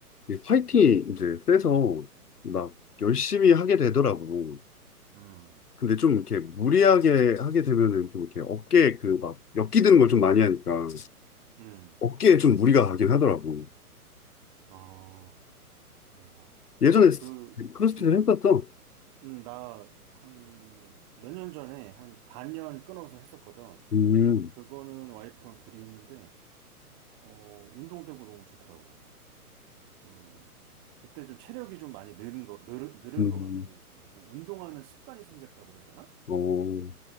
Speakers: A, on the left (about 80°); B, on the right (about 30°).
A: 이 파이팅이 이제 세서 막 열심히 하게 되더라고.
B: 음,
A: 근데 좀 이렇게 무리하게 하게 되면은 좀 이렇게 어깨에 그 막 엮기 드는 걸 좀 많이 하니까
B: 음,
A: 어깨에 좀 무리가 가긴 하더라고.
B: 어, 야,
A: 예전에
B: 그,
A: 크로스핏을
B: 음,
A: 했었어.
B: 음, 나 한 몇 년 전에 한 반년 끊어서 했었거든.
A: 음,
B: 그거는 와이프랑 둘이 했는데, 어, 운동되고 너무 좋더라고. 그, 그때 좀 체력이 좀 많이 늘은 거, 늘, 늘은
A: 음,
B: 것 같아. 그리고 운동하는 습관이 생겼다고 해야 되나?
A: 어,